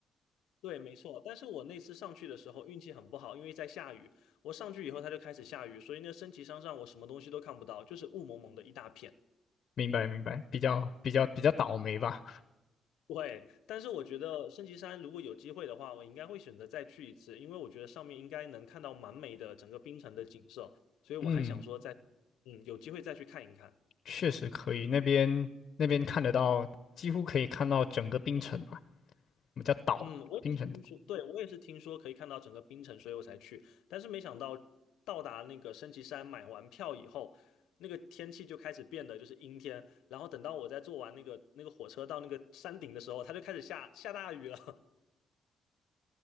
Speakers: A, on the left (about 85°); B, on the left (about 55°).
A: 对，没错。但是我那次上去的时候运气很不好，因为在下雨。我上去以后，它就开始下雨，所以那个升旗山上我什么东西都看不到，就是雾蒙蒙的一大片。
B: 明白，明白，比较比较比较倒霉吧。
A: 对，但是我觉得圣旗山如果有机会的话，我应该会选择再去一次，因为我觉得上面应该能看到蛮美的整个冰城的景色，所以我还想说再，
B: 嗯，
A: 嗯，有机会再去看一看。
B: 确实可以，那边那边看得到，几乎可以看到整个冰城吧，我们叫岛嘛，
A: 嗯，我也是听说，
B: 冰城岛。
A: 对，我也是听说可以看到整个冰城，所以我才去，但是没想到到达那个升旗山买完票以后，那个天气就开始变得就是阴天，然后等到我在坐完那个那个火车到那个山顶的时候，它就开始下下大雨了，